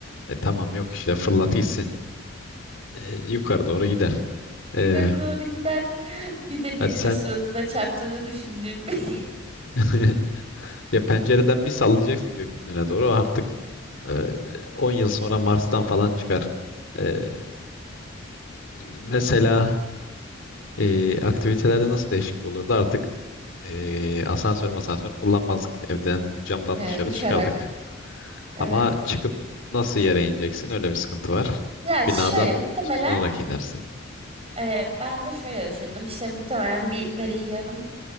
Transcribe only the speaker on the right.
<laughs> Yukarı
doğru gider. Bir de
birinin
suratına çarptığını düşündüğüm. <laughs>
Ee,
uçarak.
Evet.
Ya
şöyle muhtemelen
e, ben de şöyle düşündüm. İşte muhtemelen bir böyle yarım